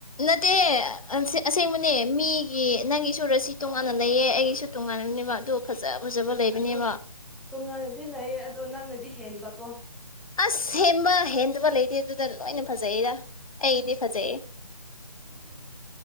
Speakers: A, on the left; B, in the centre.
A: ꯅꯠꯇꯦꯍꯦ ꯑꯁ ꯑꯁꯦꯡꯕꯅꯦ ꯃꯤꯒꯤ ꯅꯪꯒꯤꯁꯨ ꯔꯁꯤ ꯇꯣꯉꯥꯟꯅ ꯂꯩꯌꯦ ꯑꯩꯒꯤꯁꯨ ꯇꯣꯉꯥꯟꯕꯅꯦꯕ ꯑꯗꯨ ꯐꯖ ꯐꯖꯕ ꯂꯩꯕꯅꯦꯕ
B: ꯑꯗꯣ ꯇꯣꯉꯥꯟꯅꯗꯤ ꯂꯩ ꯑꯗꯣ ꯅꯪꯅꯗꯤ ꯍꯦꯟꯕꯀꯣ
A: ꯑꯁ ꯍꯦꯕ ꯍꯦꯟꯗꯕ ꯂꯩ ꯇꯦ ꯑꯗꯨꯗ ꯂꯣꯏꯅ ꯐꯖꯩꯗ ꯑꯩꯒꯤꯗꯤ ꯐꯖꯩꯌꯦ